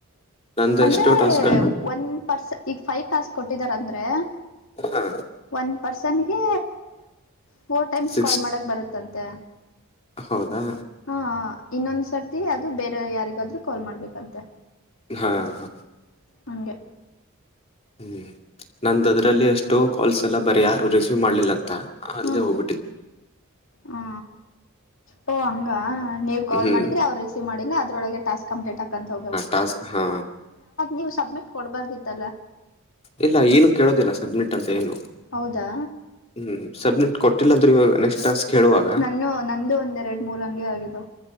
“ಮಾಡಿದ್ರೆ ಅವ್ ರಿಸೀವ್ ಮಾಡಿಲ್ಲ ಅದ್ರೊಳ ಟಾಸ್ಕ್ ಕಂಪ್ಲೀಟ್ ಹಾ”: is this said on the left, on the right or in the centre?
Left